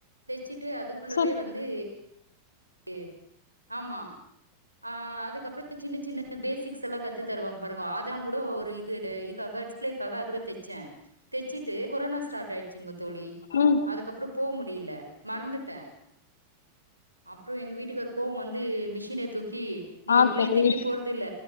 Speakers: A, on the right (about 90°); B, on the left (about 65°).
A: தெச்சுட்டு அதுக்குள்ளவே
B: சுப்
A: வந்து ட்டு ஆமா ஆ அதுக்கப்றோ சின்ன சின்ன பேசிக்ஸ் எல்லா கத்து தருவாங்க பாருங்கோ அதங் கூட ஒரு இது இதுக்காக டிஸ்பிளேக்காக அது கூட தெச்சேன் தெச்சிட்டு கொரோனா ஸ்டார்ட் ஆயிடுச்சுங்க தோழி
B: ம்
A: அதுக்கப்றோ போ முடில மறந்துட்ட அப்றோம் எங்க வீட்டுக்காருக்கு கோவோ வந்து மிஷின தூக்கி நீ
B: ஆ
A: எப்டியு
B: தோழி
A: தெக்க போற தில்ல